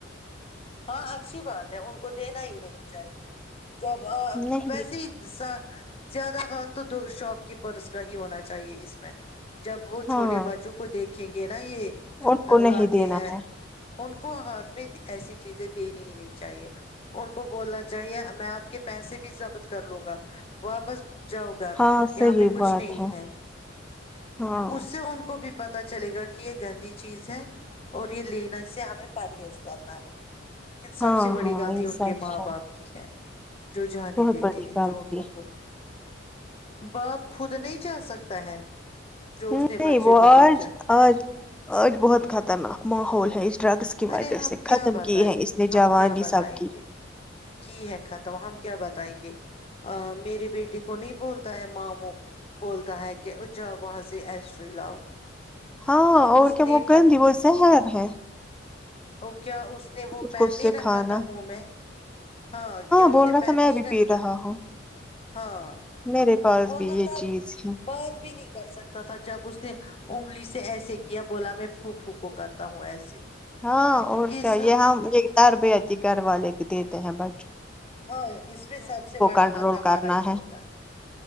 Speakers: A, on the left (about 30°); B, in the centre.
A: ہاں اچھی بات ہے ان کو دینا ہی نہیں چاہیے جب
B: نہیں
A: ویسے ہی س زیادہ ہات تو تو شاپ کیپرس کا ہی ہونا چاہیے اس میں جب وہ
B: ہاں
A: چھوٹے بچوں کو دیکھ رکھیں گے نا یہ
B: ان کو
A: آ، لاتے
B: نہیں دینا
A: ہیں
B: ہے
A: ان کو ہاتھ میں ایسی چیزیں دین ہی نہیں چاہیے ان کو بولنا چاہیے میں آ کے پیسے بھی ضبط کر لوں گا واپس جاؤ گار
B: ہاں
A: یہاں
B: صحیح
A: پہ کچھ
B: بات
A: نہیں ہے
B: ہاں
A: اس سے ان کو بھی پتا چلے گا کہ یہ گندی چیز ہے اور یہ لنے سے ہمیں پرہیز کرنا ہے لیکن سب
B: ہاں
A: سے بڑی
B: ہاں
A: غلط
B: یہ
A: ان
B: سچ
A: کے ماں
B: ہے
A: باپ کی ہے جو جانے
B: بہت
A: دیتے
B: بڑی
A: ہیں
B: غلطی
A: جو ان کو باپ خود نہیں جا سکتا ہے جو
B: نہیں
A: اس نے بچے
B: وہ
A: کو
B: آج
A: بھیجا ہے
B: آج آج بہت خطرناک ماحول ہی ڈرگز کی
A: ارے
B: وجہ
A: ہم
B: سے
A: کیا
B: ختم
A: بتائیں
B: کی ہیں اس
A: گے
B: نے
A: ہم
B: جوانی
A: کیا بتائیں
B: سب کی
A: گے کی ہے ختم ہم کیا بتائیں گے میرے بیٹے کو نہیں بولتا ہے ماموں بولتا ہے کہ جا وہاں سے ایسٹری لاؤ
B: ہاں اور
A: اس
B: کیا
A: نے
B: وہ گندی وہ شہر ہے
A: ا کیا اس اس نے وہ
B: اس
A: پین
B: کو
A: نہیں
B: سے کھانا
A: رکھا تھا منہ میں ہاں کیا
B: بول
A: اس نے
B: رہا
A: پین
B: تھا میں
A: نہیں
B: بھی پی
A: رکھا
B: رہا ہوں
A: تھا؟ ہاں
B: میرے پاس
A: وہ
B: بھی
A: تو
B: یہ چیز ہے
A: بات بھی نہیں کر سکتا تھا جب اس نے انگلی سے ایسے کیا بولا میں پھو پھو کو کرتا ہوں ایسے
B: ہاں اور
A: یہ
B: کیا
A: سب
B: یہاں یہدار بی گھر والے بھی دیتے ہیں ب
A: ہاں اس میں سب سے بڑا
B: کنٹرول
A: ہاتھ ہمارا
B: کرنا
A: ہی ہوتا ہے